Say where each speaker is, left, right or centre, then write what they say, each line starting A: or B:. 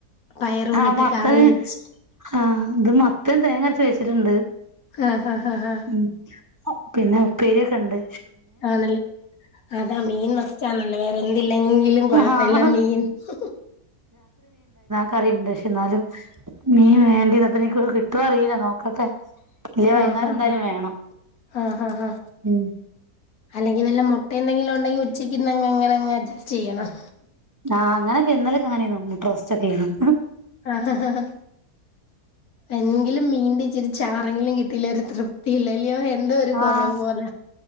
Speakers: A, on the left; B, on the right.
A: പയറൂടെ
B: ആഹ്
A: ഇട്ട്
B: മത്തന്
A: കറി വെച്ച്
B: ആ ഇത് മത്തൻ തേങ്ങ അരച്ച് വെച്ച് ച്ചിട്ട്ണ്ട്
A: ആഹ് ആഹ് ആഹ് ആഹ്
B: ഉം പിന്നെ ഉപ്പേരിയൊ ക്കെണ്ട്
A: ആന്നല്ലേ അതാ മീന് മസ്റ്റ് ആണല്ലേ എന്തില്ലെങ്കിലും കൊഴപ്പല്ല
B: ആഹ്
A: മീൻ ഹഹ്
B: കറീണ്ട് ന്നാലും മീൻവേണ്ടിതാ അപ്പ് ഞ കിട്ടോ അറീല്ല നോക്കട്ടെ ഇല്ലേ വൈകുന്നേരം
A: ആഹഹ
B: എന്തായാലും വേണം
A: ഹാഹാഹാ
B: ഉം
A: അല്ലെങ്കിൽ വെല്ല മുട്ടയെന്തെങ്കിലും ഉണ്ടെങ്കി ഉച്ചക്ക്ര്ന്നങ്ങ്ങ്ങനെങ്ങഡ്ജസ്റ്റ് ചെയ്യണം
B: ആ അങ്ങനൊക്കെ ഇന്നല് ങ്ങനെയന്നുന്ന് ക്രോസ്സ് ചെക്ക്യ്യണം
A: ആഹഹഹ എങ്കിലും മീൻ്റിച്ചിരി ചാറെങ്കിലും കിട്ടിയില്ലേ ഒരു തൃപ്തി ഇല്ലല്യോ ന്തോ ഒരു കൊറവ്
B: ആഹ്
A: പോല